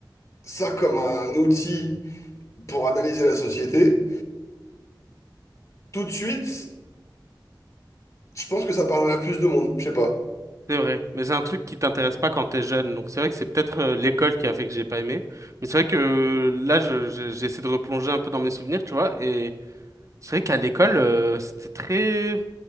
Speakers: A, on the left; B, on the right.
A: ça comme un outil pour analyser la société, tout de suite, je pense que ça parlerait à plus de monde. Je sais pas.
B: C'est vrai. Mais c'est un truc qui t'intéresse pas quand t'es jeune. Donc c'est vrai que c'est peut-être euh, l'école qui a fait que j'ai pas aimé. Mais c'est vrai que euh, là, je, je- j'essaie de replonger un peu dans mes souvenirs, tu vois. Et c'est vrai qu'à l'école, euh, c'était très...